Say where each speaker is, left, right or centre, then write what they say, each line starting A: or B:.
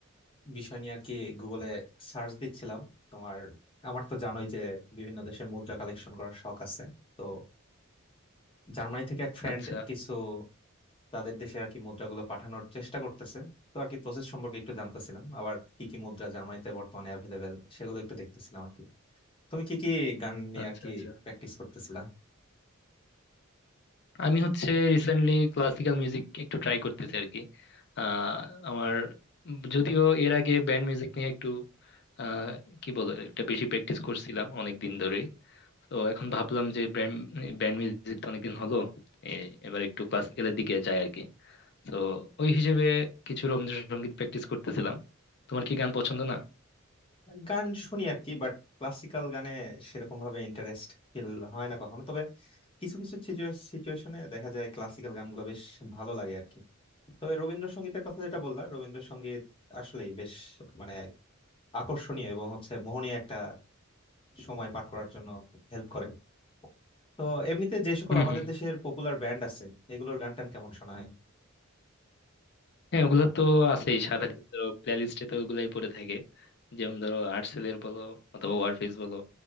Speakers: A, on the left; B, on the left.
A: বিষয় নিয়ে আর কি গুগলে সার্চ দিচ্ছিলাম তোমার আমার তো জানোই যে বিভিন্ন দেশের মুদ্রা কালেকশন করার শখ আছে তো জার্মানি থেকে এক ফ্রেন্ড
B: আচ্ছা
A: কিছু তাদের দেশে আর কি মুদ্রাগুলো পাঠানোর চেষ্টা করতেছে তো আর কি প্রসেস সম্পর্কে একটু জানতেছিলাম আবার কি কি মুদ্রা জার্মানিতে বর্তমানে অ্যাভেলেবেল সেগুলো একটু দেখতেছিলাম আর কি তুমি কি কি গান নিয়ে
B: আচ্ছা
A: আর কি
B: আচ্ছা
A: প্র্যাকটিস করতেছিলা
B: আমি হচ্ছে রিসেন্টলি ক্লাসিক্যাল মিউজিক একটু ট্রাই করতেছি আর কি আহ আমার যদিও এর আগে ব্যান্ড মিউজিক নিয়ে একটু আহ কি বলে একটা বেশি প্র্যাকটিস করছিলাম অনেক দিন ধরেই তো এখন ভাবলাম যে ব্যান্ড ব্যান্ড মিউজিক তো অনেকদিন হলো এ- এবার একটু ক্লাসিক্যালের দিকে যাই আর কি তো ওই হিসেবে কিছু রবীন্দ্রসঙ্গীত প্র্যাকটিস করতেছিলাম তোমার কি গান পছন্দ না
A: গান শুনি আর কি বাট ক্লাসিক্যাল গানে সেরকম ভাবে ইন্টারেস্ট ফিল হয় না কখনো তবে কিছু কিছু সিচুয়েশনে দেখা যায় ক্লাসিক্যাল গানগুলো বেশ ভালো লাগে আর কি তবে রবীন্দ্রসঙ্গীতের কথা যেটা বললাম রবীন্দ্রসঙ্গীত আসলেই বেশ মানে আকর্ষণীয় এবং হচ্ছে মোহনীয় একটা সময় পার করার জন্য হেল্প করে তো এমনিতে যে সকল
B: হুম
A: আমাদের
B: হুম
A: দেশের পপুলার ব্যান্ড আছে এগুলোর গান টান কেমন শোনা হয়
B: হ্যাঁ ওগুলা তো আছেই সারাদিন ধরো প্লে লিস্টে তো ওগুলাই পড়ে থাকে যেমন ধরো আর্টসেলের বলো অথবা ওয়ারফেজ বলো